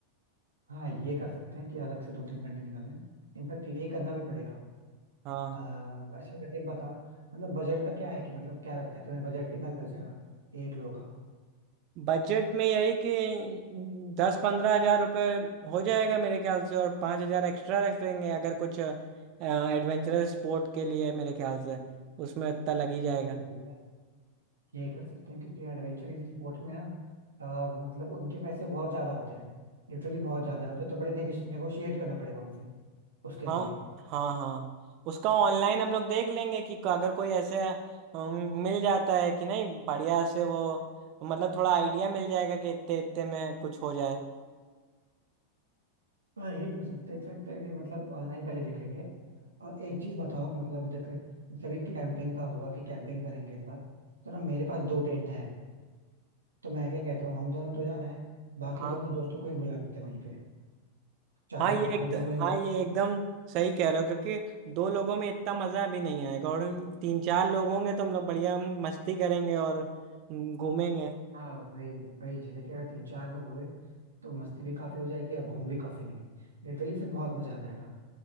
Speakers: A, on the right (about 75°); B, on the right (about 40°).
A: हाँ ये कर सकते हैं कि अलग से दो तीन घंटे निकाल लें इनफैक्ट ये करना भी पड़ेगा
B: हाँ
A: अह, अच्छा वैसे एक बता मतलब बजट का क्या है कि मतलब क्या लगता है तुम्हें बजट कितना लग जाएगा एक लोगों का
B: बजट में यही कि दस पंद्रह हजार रुपये हो जाएगा मेरे ख्याल से और पाँच हजार एक्स्ट्रा रख लेंगे अगर कुछ एडवेंचरस स्पोर्ट के लिए मेरे ख्याल से उसमें इतना लग ही जाएगा
A: हाँ तो ये ये कर सकते हैं क्योंकि एडवेंचर इस स्पोर्ट में ना आ, मतलब उनके पैसे बहुत ज्यादा होते हैं लिटरली बहुत ज्यादा होते हैं तो बड़े नेगोशिएट करना पड़ेगा उनसे उसके
B: हाँ
A: लिए
B: हाँ हाँ उसका ऑनलाइन हम लोग देख लेंगे कि अगर कोई ऐसे अम, मिल जाता है कि नहीं बढ़िया से वो मतलब थोड़ा आइडिया मिल जाएगा कि इतने इतने में कुछ हो जाए
A: हाँ ये कर सकते हैं इनफैक्ट है कि मतलब ऑनलाइन पहले देख लेंगे और एक चीज बताओ मतलब देख जैसे अभी कैंपिंग का हुआ कि कैंपिंग करेंगे इस बार तो ना मेरे पास दो टेंट है तो मैं क्या कहता हूँ हम दोनों तो जा रहे हैं बाकी
B: हाँ
A: दोनों दोस्तों को ही बुला लेते हैं वहीं पे चारों
B: हाँ ये
A: साथ
B: एक
A: में घूम लेंगे
B: हाँ ये एकदम सही कह रहे हो क्योंकि दो लोगों में इतना मज़ा भी नहीं आएगा और तीन चार लोग होंगे तो हम लोग बढ़िया मस्ती करेंगे और हम्म, घूमेंगे
A: हाँ वही वही जैसे कि अगर तीन चार लोग हुए तो मस्ती भी काफी हो जाएगी और घूम भी काफी लेंगे लिटरली फिर बहुत मजा आ जाएगा